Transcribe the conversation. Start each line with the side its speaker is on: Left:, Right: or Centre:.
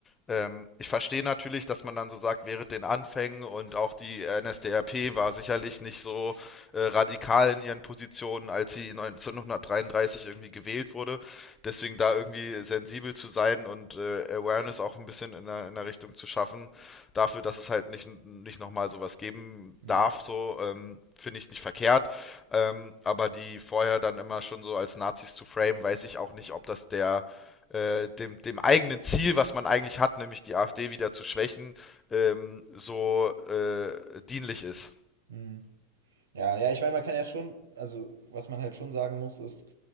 Left: Ähm, ich verstehe natürlich, dass man dann so sagt, während den Anfängen und auch die NSDAP war sicherlich nicht so äh, radikal in ihren Positionen, als sie 1933 irgendwie gewählt wurde. Deswegen da irgendwie sensibel zu sein und äh, Awareness auch ein bisschen in der, in der Richtung zu schaffen, dafür, dass es halt nicht, nicht nochmal sowas geben
Right: Ja.
Left: darf, so ähm, finde ich nicht verkehrt. Ähm, aber die vorher dann immer schon so als Nazis zu frame, weiß ich auch nicht, ob das der äh, dem, dem eigenen Ziel, was man eigentlich hat, nämlich die AfD wieder zu schwächen, ähm, so äh, dienlich ist.
Right: Hm. Ja, ja, ich meine, man kann ja schon, also was man halt schon sagen muss, ist,